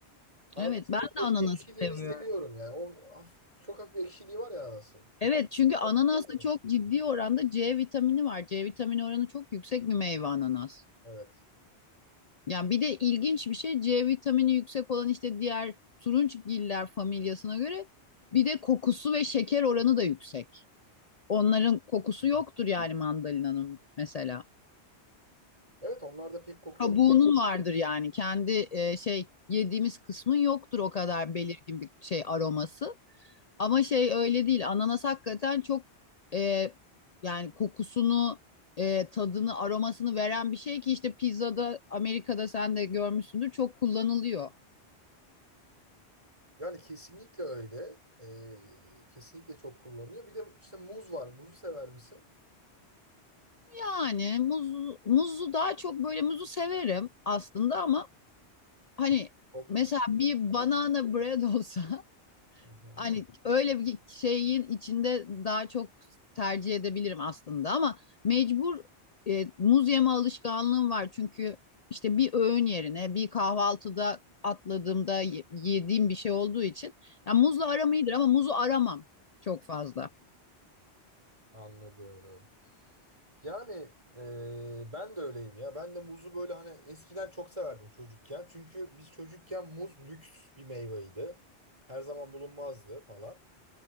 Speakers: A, on the right (about 30°); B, on the left (about 45°).
A: Ananasın
B: Evet ben
A: o
B: de
A: e-
B: ananası
A: ekşiliğini
B: seviyorum.
A: seviyorum yani. O haf- çok hafif bir ekşiliği var ya ananasın.
B: Evet çünkü ananasta
A: Seviyorum.
B: çok ciddi oranda C vitamini var. C vitamini oranı çok yüksek bir meyve ananas.
A: Evet.
B: Yani bir de ilginç bir şey C vitamini yüksek olan işte diğer turunçgiller familyasına göre bir de kokusu ve şeker oranı da yüksek. Onların kokusu
A: Hı
B: yoktur
A: hı.
B: yani mandalinanın mesela.
A: Evet onlarda pek koku
B: Kabuğunun
A: yok.
B: vardır yani kendi e, şey yediğimiz kısmın yoktur o kadar belirgin bir şey aroması. Ama şey öyle değil. Ananas hakikaten çok e, yani kokusunu, e, tadını, aromasını veren bir şey ki işte pizzada Amerika'da sen de görmüşsündür çok kullanılıyor.
A: Yani kesinlikle öyle. Ee, kesinlikle çok kullanılıyor. Bir de işte muz var. Muzu sever misin?
B: Yani muz, muzu daha çok böyle muzu severim aslında ama hani
A: Kokluk.
B: mesela bir banana bread olsa <laughs>
A: Hı hı.
B: hani öyle bir şeyin içinde daha çok tercih edebilirim aslında ama mecbur e, muz yeme alışkanlığım var çünkü işte bir öğün yerine bir kahvaltıda atladığımda ye- yediğim bir şey olduğu için yani muzla aram iyidir ama muzu aramam çok fazla.
A: Anladım. Yani e, ben de öyleyim ya. Ben de muzu böyle hani eskiden çok severdim çocukken. Çünkü biz çocukken muz lüks bir meyveydi. Her zaman bulunmazdı falan.